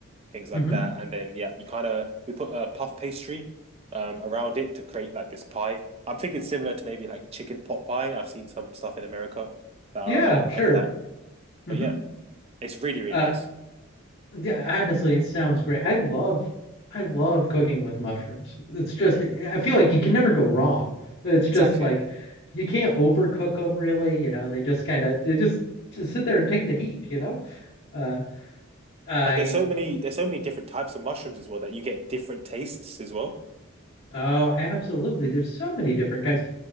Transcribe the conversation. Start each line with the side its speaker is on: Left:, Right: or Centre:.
Right: things like
Left: Mm-hmm.
Right: that. And then yeah, you kind of we put a puff pastry um around it to create like this pie. I'm thinking similar to maybe like chicken pot pie. I've seen some stuff in America that
Left: Yeah,
Right: are, are
Left: sure.
Right: like that.
Left: Mm-hmm.
Right: But yeah, it's really really
Left: Uh,
Right: nice.
Left: yeah, honestly, it sounds great. I love I love cooking with mushrooms. It's just
Right: hmm
Left: I feel like you can never go wrong. It's
Right: Exactly.
Left: just like you can't overcook them really, you know. They just kind of they just just sit there and take the heat, you know. Uh I
Right: And there's so many there's so many different types of mushrooms as well that you get different tastes as well.
Left: oh, absolutely. There's so many different kinds.